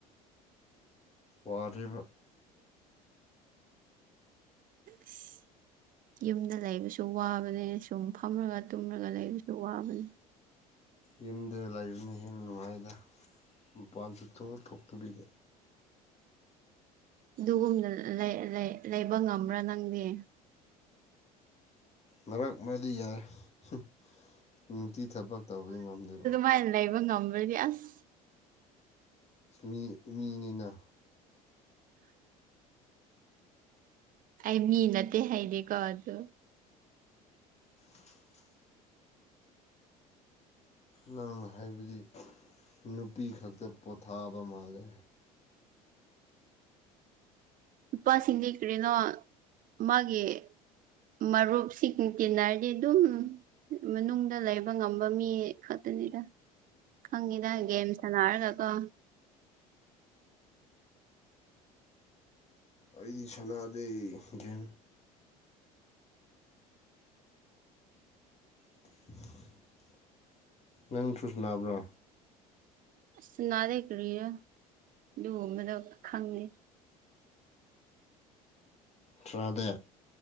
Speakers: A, on the left; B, on the right.
A: ꯋꯥꯔꯤꯕ
B: <unintelligible> ꯌꯨꯝꯗ ꯂꯩꯕꯁꯨ ꯋꯥꯕꯅꯦ ꯁꯨꯝ ꯐꯝꯂꯒ ꯇꯨꯝꯂꯒ ꯂꯩꯕꯁꯨ ꯋꯥꯕꯅꯦ
A: ꯌꯨꯝꯗꯗ ꯂꯩꯕꯅ ꯍꯦꯟꯅ ꯅꯨꯡꯉꯥꯏꯗ ꯃꯄꯥꯟ ꯁꯨꯇꯣꯛ ꯊꯣꯛꯇꯕꯤꯗ
B: ꯑꯗꯨꯒꯨꯝꯅ ꯂꯩ ꯂꯩꯕ ꯉꯝꯕ꯭ꯔꯥ ꯅꯪꯗꯤ
A: ꯃꯔꯛ ꯃꯗꯤ ꯌꯥꯏ ꯍꯨꯝ ꯅꯨꯡꯇꯤ ꯊꯕꯛ ꯇꯧꯕꯗꯤ ꯉꯝꯗꯦ
B: ꯁꯨꯃꯥꯏ ꯂꯩꯕ ꯉꯝꯃꯗꯤ ꯑꯁ
A: ꯃꯤ ꯃꯤꯅꯤꯅ
B: ꯑꯩ ꯃꯤ ꯅꯠꯇꯦ ꯍꯥꯏꯗꯦꯀꯣ ꯑꯗꯨ
A: <inaudible> ꯅꯪꯅ ꯍꯥꯏꯕꯗꯤ ꯅꯨꯄꯤ ꯈꯛꯇ ꯄꯣꯊꯥꯕ ꯃꯥꯜꯂꯦ
B: ꯅꯨꯄꯥꯁꯤꯡꯗꯤ ꯀꯔꯤꯅꯣ ꯃꯥꯒꯤ ꯃꯔꯨꯞꯁꯤ ꯇꯤꯟꯅꯔꯗꯤ ꯑꯗꯨꯝ ꯃꯅꯨꯡꯗ ꯂꯩꯕ ꯉꯝꯕ ꯃꯤ ꯈꯛꯇꯅꯤꯗ ꯈꯪꯉꯤꯗ ꯒꯦꯝ ꯁꯥꯟꯅꯔꯒ ꯀꯣ
A: ꯑꯩꯗꯤ ꯁꯥꯅꯗꯤ ꯒꯦꯝ <inaudible> ꯅꯪ ꯊꯨꯁ ꯅꯥꯕ꯭ꯔꯣ
B: ꯁꯥꯟꯅꯗꯦ ꯀ꯭ꯔꯤꯔꯥ ꯑꯗꯨꯒꯨꯝꯕꯗꯣ ꯈꯪꯗꯦ
A: ꯇ꯭ꯔꯥꯗ